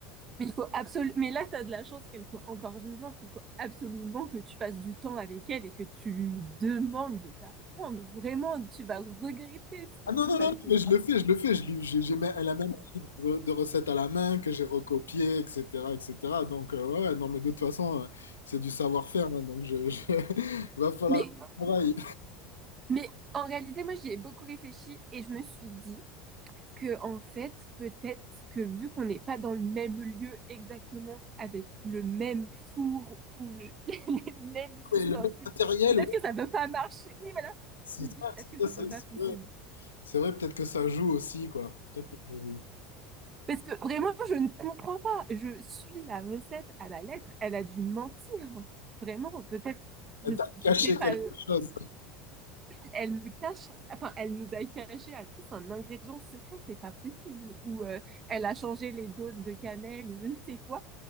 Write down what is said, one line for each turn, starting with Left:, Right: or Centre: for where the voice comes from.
Right: Mais il faut absolument. Mais là, t'as de la chance qu'elle soit encore vivante. Il faut absolument que tu passes du temps avec elle et que tu lui demandes de t'apprendre. Vraiment, tu vas regretter sinon
Left: Ah non, non,
Right: parce
Left: non, non,
Right: que.
Left: mais je le fais, je le fais. Je, lui- j'ai- j'ai même- elle a même un livre de, de recettes à la main que j'ai recopié, etc., etc. Donc, euh, ouais, ouais, non, mais de toute façon, euh, c'est du savoir-faire. hein, donc, je, je- <laughs> va falloir
Right: Mais,
Left: travailler.
Right: mais en réalité, moi, j'y ai beaucoup réfléchi et je me suis dit que en fait, peut-être que vu qu'on n'est pas dans le même lieu exactement avec le même four ou le- <laughs> les mêmes ustensiles,
Left: Et le même matériel,
Right: peut-être
Left: ouais,
Right: que ça ne peut pas marcher. Oui, voilà.
Left: c'est
Right: Je me
Left: ça,
Right: dis peut-être
Left: c'est
Right: que ça
Left: ça,
Right: ne peut pas
Left: c'est
Right: fonctionner.
Left: ça. C'est vrai, peut-être que ça joue aussi, quoi. Peut-être que ça joue.
Right: Parce que vraiment, je ne comprends pas. Je suis la recette à la lettre. Elle a dû mentir. Vraiment, peut-être, je,
Left: Elle t'a
Right: je
Left: caché
Right: sais
Left: quelque
Right: pas.
Left: chose.
Right: Elle me cache, enfin, elle nous a caché à tous un ingrédient secret. C'est pas possible. Ou euh, elle a changé les doses de cannelle ou je ne sais quoi.